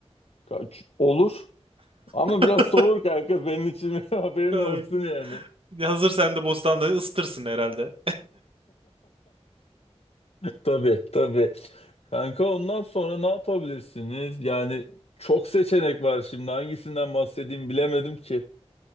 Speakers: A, on the left; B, on the right.
A: Ka- Olur. Ama
B: <laughs>
A: biraz soğur kanka benim için <laughs> haberin
B: Kanka,
A: olsun yani.
B: Hazır sen de Bostanlı'yı ısıtırsın herhalde.
A: Tabii tabii. Kanka ondan sonra ne yapabilirsiniz? Yani çok seçenek var şimdi hangisinden bahsedeyim bilemedim ki.